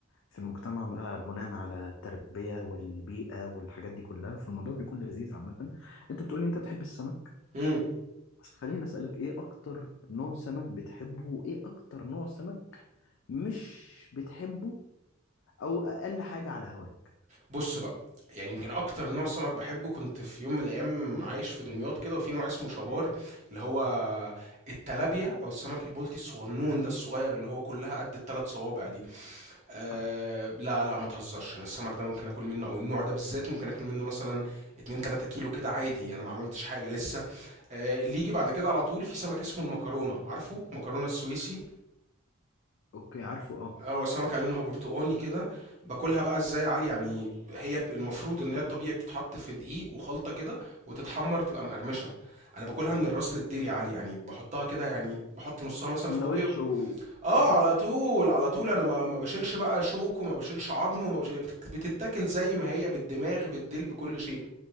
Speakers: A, on the left; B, on the right.
A: في المجتمع بقى بناء على التربيه والبيئه والحاجات دي كلها فالموضوع بيكون لذيذ عامه انت بتقولي انت بتحب السمك
B: إمم،
A: بس خليني اسالك ايه اكتر نوع سمك بتحبه وايه اكتر نوع سمك مش بتحبه او اقل حاجه على هواك
B: بُص بقى، يعني يمكن أكتر نوع سمك باحبه كنت في يوم من الأيام عايش في دمياط كده، وفي نوع اسمه شبار، اللي هو التلابيا أو السمك البلطي الصغنون ده الصغير اللي هو كُلّها قد ال3 صوابع دي. أه
A: عارفه
B: لا لا ما تهزرش انا السمك ده ممكن اكل منه او النوع ده بالذات ممكن اكل منه مثلا 2 3 كيلو كده عادي انا ما عملتش حاجه لسه أه اللي يجي بعد كده على طول في سمك اسمه المكرونه عارفه مكرونه السويسي
A: اوكي عارفه اه
B: آه، هو سمكه لونها برتقاني كده باكلها بقى ازاي يا علي يعني هي ب- المفروض ان هي الطبيعي بتتحط في دقيق وخلطه كده وتتحمر تبقى مقرمشه انا باكلها من الراس للديل يا علي يعني بحطها كده يعني بحط نصها مثلا
A: سندوتش
B: في بقي
A: و
B: اه
A: <laughs>
B: على طول على طول انا ما ما بشيلش بقى شوك وما بشيلش عظم وما بشيل بتت- بتتاكل زي ما هي بالدماغ بالديل بكل شيء